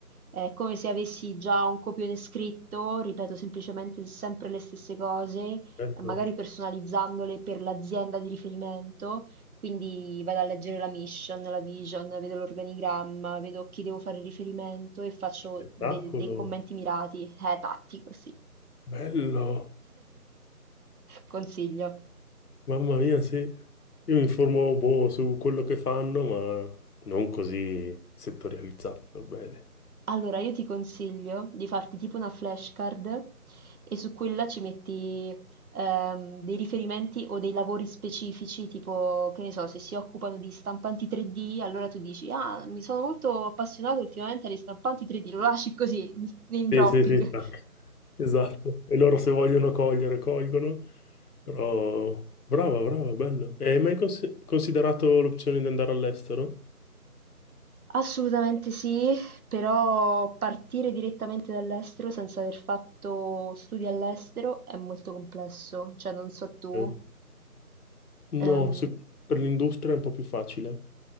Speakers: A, on the right; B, on the left.
A: è come se avessi già un copione scritto, ripeto semplicemente sempre le stesse cose
B: bello,
A: magari personalizzandole per l'azienda di riferimento. Quindi vado a leggere la mission, la vision, vedo l'organigramma, vedo a chi devo fare riferimento e faccio
B: spettacolo,
A: del- dei commenti mirati. Eh, tattico, sì.
B: bello,
A: <laughs> Consiglio.
B: mamma mia, sì, io mi informo boh, su quello che fanno, ma non così settorializzato, per bene.
A: Allora, io ti consiglio di farti tipo una flashcard e su quella ci metti ehm, dei riferimenti o dei lavori specifici, tipo, che ne so, se si occupano di stampanti 3D, allora tu dici, ah, mi sono molto appassionato ultimamente alle stampanti 3D, lo lasci così, <laughs> name
B: Sì,
A: dropping.
B: sì, sì, tac. Esatto, e loro se vogliono cogliere, colgono, però brava, brava, bello. E hai mai cons- considerato l'opzione di andare all'estero?
A: Assolutamente sì, però partire direttamente dall'estero senza aver fatto studi all'estero è molto complesso, cioè non so tu,
B: Ok. No,
A: ehm,
B: se- per l'industria è un po' più facile.